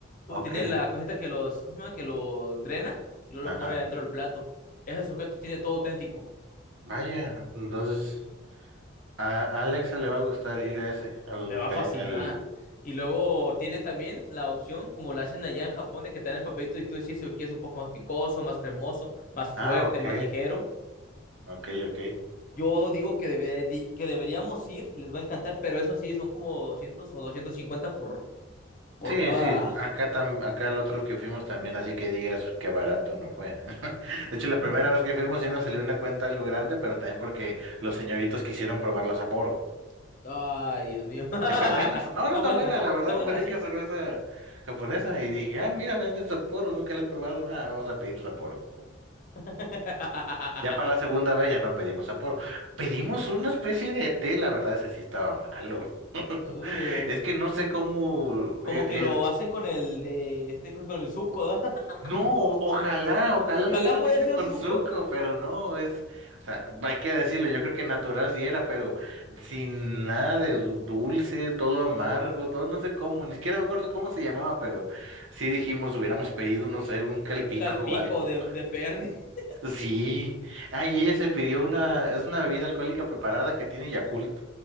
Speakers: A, on the left; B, on the right.
A: Ju-
B: Ok.
A: Tiene la cosita que los, ¿cómo se llama? Que los drena y luego
B: Ajá.
A: lo pone dentro del plato. Ese sujeto tiene todo auténtico.
B: Vaya. Entonces, a a Alexa le va a gustar ir a ese, al,
A: Le va a
B: ca-
A: fascinar.
B: al...
A: Y luego tiene también la opción, como la hacen allá en Japón, de que te dan el papelito y tú decides si lo quieres un poco más picoso, más cremoso, más fuerte,
B: Ah, ok.
A: más ligero.
B: Ok, ok.
A: Yo digo que, debe- di- que deberíamos ir, les va a encantar, pero eso sí, son como 200 o 250 por, por
B: Sí,
A: cada,
B: sí. Acá tam, acá el otro que fuimos también, así que digas que barato no fue. <laughs> De hecho, la
A: <laughs>
B: primera vez que fuimos sí nos salió una cuenta algo grande, pero también porque los señoritos quisieron probar la Sapporo.
A: Ay, Dios mío. <laughs>
B: Está buena, <laughs> no,
A: Está
B: no está
A: buena,
B: buena,
A: está
B: la
A: buena,
B: verdad,
A: está buena,
B: muy rica
A: sí.
B: cerveza japonesa. Y dije, ah, mira, venden Sapporo, nunca la he probado. Ah, vamos a pedir Sapporo.
A: <laughs>
B: Ya para la segunda vez ya no pedimos Sapporo. Pedimos una especie de té, la verdad, ese sí estaba malo. <laughs>
A: Uh,
B: Es que no sé cómo
A: como
B: eh,
A: que
B: eh,
A: lo hacen con el de este con el suco, ¿no? <laughs>
B: No, o- ojalá, ojalá
A: Ojalá
B: lo hubieran
A: fuera
B: hecho
A: sido
B: con
A: suco,
B: Zuko, pero no, es, o sea, hay que decirlo, yo creo que natural sí era, pero sin nada de du- dulce, todo amargo, todo no sé cómo, ni siquiera me acuerdo cómo se llamaba, pero sí dijimos, hubiéramos pedido, no sé, un calpico
A: un calpico
B: o algo.
A: de, de perdi. <laughs>
B: Sí, ay, ella se pidió una, es una bebida alcohólica preparada que tiene Yakult.